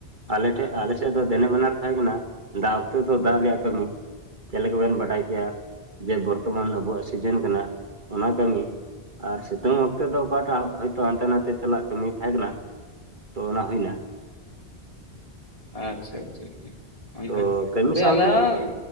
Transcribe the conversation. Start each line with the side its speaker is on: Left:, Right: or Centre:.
Right: ᱟᱞ ᱴᱷᱮᱡ ᱟᱞᱮ ᱥᱮᱫ ᱫᱚ ᱫᱮᱱᱮ ᱵᱟᱱᱟᱨ ᱛᱟᱦᱮᱸ ᱠᱟᱱᱟ, ᱫᱟᱜ ᱟᱛᱮ ᱫᱚ ᱫᱟᱜ ᱨᱮᱭᱟᱜ ᱠᱟᱹᱢᱤ, ᱪᱮᱫ ᱞᱮᱠᱟ ᱵᱮᱱ ᱵᱟᱰᱟᱭ ᱠᱮᱜ-ᱟ ᱡᱮ ᱵᱚᱨᱛᱚᱢᱟᱱ ᱟᱵᱚᱣᱟᱜ ᱥᱤᱡᱮᱱ ᱠᱟᱱᱟ, ᱚᱱᱟ ᱠᱟᱹᱢᱤ ᱟᱨ ᱥᱮ ᱛᱳᱝ ᱚᱠᱛᱮ ᱫᱚ ᱚᱠᱟᱴᱟᱜ ᱦᱳᱭᱛᱚ ᱦᱟᱱᱛᱮ ᱱᱟᱛᱮ ᱪᱟᱞᱟᱜ ᱠᱟᱹᱢᱤ ᱛᱟᱦᱮᱸ ᱠᱟᱱᱟ ᱛᱚ ᱚᱱᱟ ᱦᱩᱭ ᱮᱱᱟ᱾
Left: ᱟᱪᱪᱷᱟ ᱟᱪᱪᱷᱟ ᱟᱪᱪᱷᱟ, ᱚᱱᱠᱟ,
Right: ᱛᱚ ᱠᱟᱹᱢᱤ
Left: ᱦᱟᱯᱮ
Right: ᱥᱟᱶᱛᱮ
Left: ᱟᱞᱮ ᱦᱚᱸ,